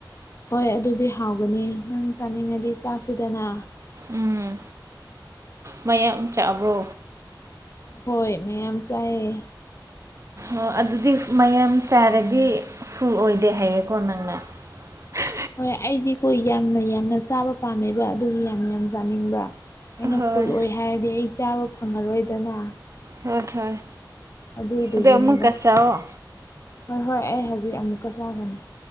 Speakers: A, on the left (about 35°); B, on the right (about 40°).
A: ꯍꯣꯏ ꯑꯗꯨꯗꯤ ꯍꯥꯎꯒꯅꯤ ꯅꯪ ꯆꯥꯅꯤꯡꯉꯗꯤ ꯆꯥꯁꯤꯗꯅ
B: ꯎꯝ ꯃꯌꯥꯝ ꯆꯥꯕ꯭ꯔꯣ
A: ꯍꯣꯏ ꯃꯌꯥꯝ ꯆꯥꯌꯦ
B: ꯑꯣ ꯑꯗꯨꯗꯤ ꯃꯌꯥꯝ ꯆꯥꯔꯗꯤ ꯐꯨꯜ ꯑꯣꯏꯗꯦ ꯍꯥꯏꯌꯦꯀꯣ ꯅꯪꯅ <unintelligible>
A: ꯍꯣꯏ ꯑꯩꯗꯤ ꯀꯣ ꯌꯥꯝꯅ ꯌꯥꯝꯅ ꯆꯥꯕ ꯄꯥꯝꯃꯦꯕ ꯑꯗꯨꯒꯤ ꯌꯥꯝ ꯌꯥꯝ ꯆꯥꯅꯤꯡꯕ ꯑꯩꯅ
B: ꯍꯣꯏ
A: ꯐꯨꯜ ꯑꯣꯏ ꯍꯥꯏꯔꯗꯤ ꯑꯩ ꯆꯥꯕ ꯐꯪꯉꯔꯣꯏꯗꯅ
B: ꯍꯣꯏ ꯍꯣꯏ
A: ꯑꯗꯨꯗꯨꯒꯤꯅꯦꯗ
B: ꯑꯗꯣ ꯑꯃꯨꯛꯀ ꯆꯥꯎꯑꯣ
A: ꯍꯣꯏ ꯍꯣꯏ ꯑꯩ ꯍꯧꯖꯤꯛ ꯑꯃꯨꯛꯀ ꯆꯥꯒꯅꯤ